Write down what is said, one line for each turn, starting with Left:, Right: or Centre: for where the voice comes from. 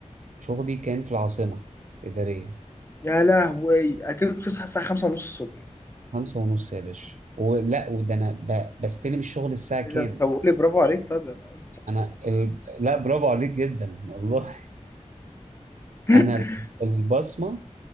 Right: شغلي كان في العاصمة الإدارية
Left: يا لهوي اكيد بتصحى الساعه 5 ونص الصبح
Right: خمسة ونص يا باشا ولا وده أنا ب... بستلم الشغل الساعة كام؟
Left: ايه ده طب قول لي برافو عليك طيب انا قلت صح
Right: أنا ال... لا برافو عليك جدا والله <laughs>
Left: <laughs>
Right: أنا البصمة